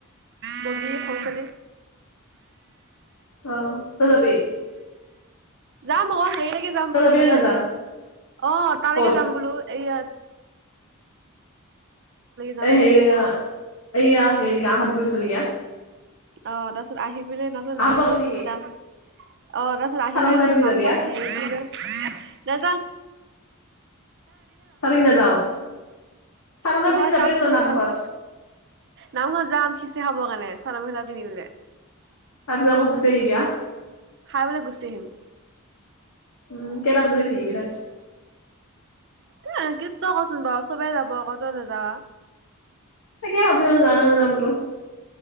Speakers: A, on the right (about 55°); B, on the left (about 85°).
A: বগি খোচালি
B: অ তই যাবি
A: যাম অক হেৰি যাম
B: তই
A: প্ৰথমতে
B: যাবি নে নাযা
A: অ তালৈকে
B: ক'ত
A: যাম বোলো এইয়াত যাম
B: এই হেৰিয় এইয়া হেৰিলেকে আহঁত গুৰি ওচৰলৈকে আহ।
A: অৱ তাৰ পিছত আহিব আহি পিনে নহ'লে নামঘৰত
B: গাঁৱলৈ নেকি
A: যাম। অ তাৰপিছত আহি
B: চাদৰ
A: পিনে
B: মেখেলা পিন্ধি
A: নামঘৰত
B: যাবি আ
A: হেৰি, কি কৰিম নেযাং।
B: তালেকে নাযাওঁ। চাদ মেখেলা
A: নহয়
B: পিন্ধি যাবি
A: তাত
B: নে নেযাওঁ
A: বোলো
B: নাম
A: চাদৰ
B: ঘৰত!
A: মেখেলা নামঘৰত যাম, খিচিৰি খাবৰ কাৰণে চাদৰ মখেলা পিন্ধিবলে।
B: তাৰ পিছত আকৌ গুচি আহিবি আ।
A: খাই পিনে গুচি আহিম।
B: উম কেইটা বজালে থাকিবি তাত
A: এ ত কচোন বাৰু চবে যাব আক তই নাযাৱা
B: তাকে ভাবিছো, জাও নাযাওঁ বোলো